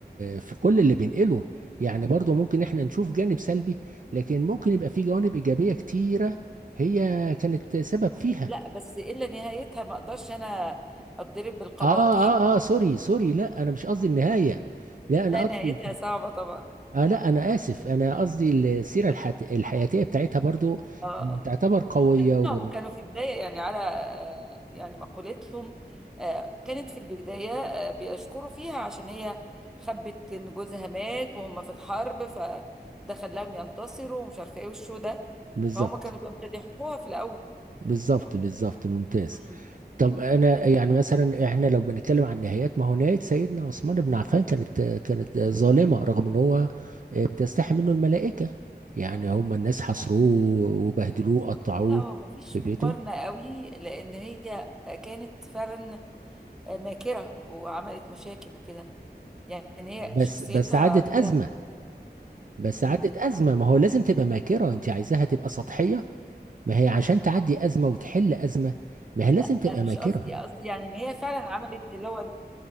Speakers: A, on the right (about 50°); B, in the centre.
A: في كل اللي بينقله يعني برضو ممكن احنا نشوف جانب سلبي لكن ممكن يبقى في جوانب إيجابية كتيرة هي كانت سبب فيها
B: لا بس الا نهايتها ما اقدرش انا اتضرب بالقباقيب
A: اه اه اه سوري سوري لا انا مش قصدي النهاية لا انا
B: لا
A: قصدي
B: نهايتها صعبه طبعا
A: آه لا أنا آسف أنا قصدي السيرة الحت... الحياتية بتاعتها برضو
B: اه آه.
A: تعتبر قوية و...
B: لانهم كانوا في بدايه يعني على آه، يعني مقولتهم آه، كانت في البدايه آه، بيشكروا فيها عشان هي خبت ان جوزها مات وهم في الحرب فده خلاهم ينتصروا ومش عارفه ايه والشو ده
A: بالظبط
B: فهم كانوا بيمتدحوها في الاول
A: بالظبط بالظبط ممتاز
B: مم.
A: طب أنا يعني مثلا إحنا لو بنتكلم عن نهايات ما هو نهاية سيدنا عثمان بن عفان كانت كانت ظالمة رغم إن هو آه، بتستحي منه الملائكة يعني هم الناس حصروه وبهدلوه قطعوه
B: لا هو مفيش
A: في بيته
B: مقارنة قوي لأن هي كانت فعلا ماكرة وعملت مشاكل وكده يعني هي
A: بس
B: شخصيتها
A: بس عادت أزمة
B: فيها
A: بس
B: مم.
A: عادت أزمة ما هو لازم تبقى ماكرة أنت عايزاها تبقى سطحية ما هي عشان تعدي أزمة وتحل أزمة ما
B: لا
A: هي لازم تبقى
B: مش
A: ماكرة
B: قصدي قصدي يعني ان هي فعلا عملت اللي هو